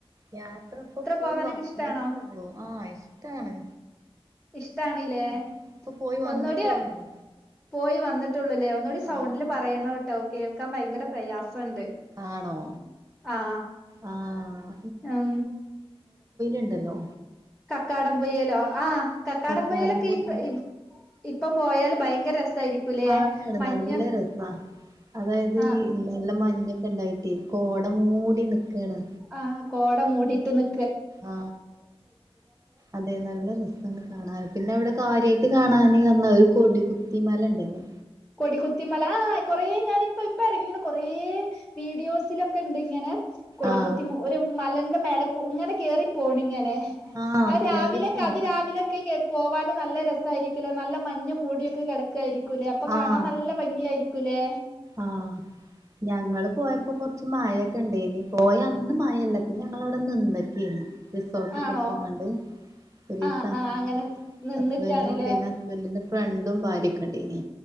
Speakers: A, on the right (about 30°); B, in the centre.
A: യാത്ര ഇക്ക പോയി
B: പോവാനൊക്കെ
A: വന്നിട്ടേള്ളൂ
B: ഇഷ്ടാണോ
A: ആഹ ഇഷ്ടാണ്
B: ഇഷ്ടാണല്ലേ
A: ആഹ് ഇപ്പൊ പോയി
B: ഒന്നുകൂടി
A: വന്നിട്ടേള്ളൂ
B: പോയി വന്നട്ട് േ ഒന്നുകൂടി സൗണ്ടില്
A: ആഹ്
B: പറയണ കേട്ടോ കേൾക്കാൻ ഭയങ്കര പ്രയാസംുണ്ട്
A: ആണോ
B: ആ
A: ആഹ്
B: ഉ
A: ഉണ്ടല്ലോ
B: കക്കാടം പുയ്യലോ ആ കക്കാടംപയയിലൊക്കെ
A: കക്കാടം പൊയില്
B: ഇ ഇപ്പം പോയാലും ഭയങ്കര രസായിരിക്കൂലേ
A: ആണാണ്
B: മഞ്ഞ്
A: നല്ല രെസാ അതായത് ഈ
B: ആ
A: നല്ല മഞ്ഞ് ക്കെ ഇണ്ടായിട്ടേ കോട മൂടി നിക്കാണ്.
B: ആഹ് കോട മൂടിട്ട് നി
A: ആ അതെ നല്ല രെസാണ് കാണാൻ, പിന്നെ അവിടെ കാര്യ <unintelligible> കാണന് പറഞ്ഞാ ഒരു കൊടികുത്തി മല ഇണ്ടല്ലേ.
B: കൊടിക്കുത്തിമലാ കൊറേ ഞാനിപ്പ ഇപ്പ ഇറങ്ങീണ് കൊറേ വീഡിയോസിലൊക്കെ ഇണ്ട് ഇങ്ങനെ. കൊടികുത്തി
A: ആഹ്
B: മ് ഒരു മലന്റെ മേലെ കൊ ഇങ്ങനെ കേറിപ്പോണിങ്ങനെ
A: ആഹ്
B: ആ രാവിലെക്കെ
A: കേറി പോണം
B: അതി രാവിലെക്കെ കേ പോവാനും നല്ല രെസായിരിക്കൂലോ നല്ല മഞ്ഞ് മൂടി ഒക്കെ കെടക്ക്‌ ആയിരിക്കൂല് ഇപ്പം
A: ആഹ്
B: കാണാൻ നല്ല ഭംഗി ആയിരിക്കും. ക്കുലെ.
A: ആഹ് ഞങ്ങള് പോയപ്പോ കൊറച്ച് മയ കണ്ടേനി പോയ അന്ന് മയല്ല പിന്നെ ഞങ്ങൾ അവിടെ നിന്നിക്കേനി റിസോട്ട്
B: ആണോ
A: എടുത്തിങ്ങാണ്ട് ഒരീസം
B: ആഹ് ആഹ് അങ്ങനെ നിന്ന്ക്കാണ്ല്ലേ
A: ഹസ്ബന്റും പിന്നെ ഹസ്ബന്റിന്റെ ഫ്രണ്ടും ഭാര്യേം കണ്ടീനി